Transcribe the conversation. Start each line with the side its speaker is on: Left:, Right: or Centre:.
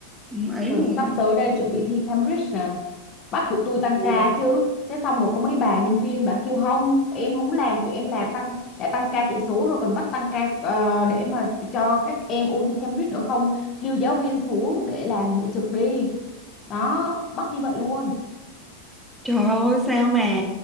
Centre: không ấy
Left: giờ
Centre: luôn
Left: sắp
Centre: á.
Left: tới đây chuẩn bị thi Cambridge nè bắt tụi tôi tăng
Centre: Ừ.
Left: ca chứ thế xong rồi có mấy bà nhân viên bà kêu không tụi em không làm tụi em làm tăng đã tăng ca chạy số rồi còn bắt tăng ca ờ, để mà cho các em ôn thi Cambridge nữa không kêu giáo viên xuống để làm để trực đi đó bắt như vậy luôn
Centre: Trời ơi sao mà